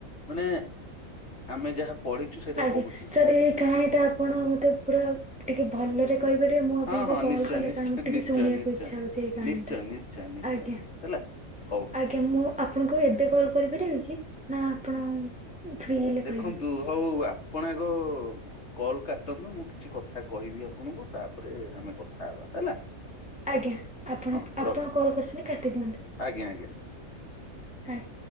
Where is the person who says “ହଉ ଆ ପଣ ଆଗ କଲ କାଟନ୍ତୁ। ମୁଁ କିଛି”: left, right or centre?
Left